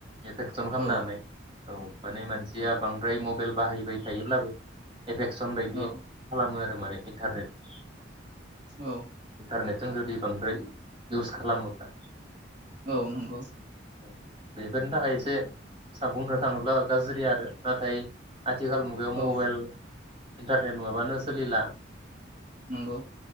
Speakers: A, on the right; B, on the right.
A: इफेकसन खालामनो
B: औ
A: हानाय औ माने मानसिया बांद्राय मबाइल बाहायबाय थायोब्लाबो एफेकसन बायदि
B: औ
A: खालामो आ माने इन्थारनेट
B: औ
A: इन्टारनेटजों जुदि बांद्राय इउस खालामोब्ला
B: औ नंगौ
A: औ बेफोरनि थाखाय एसे बुंनो थाङोब्ला गाज्रि आरो नाथाय आथिखाल मुगायाव मबेल
B: औ
A: इन्टारनेट नङाब्लानो सोलिला हयथ'
B: नंगौ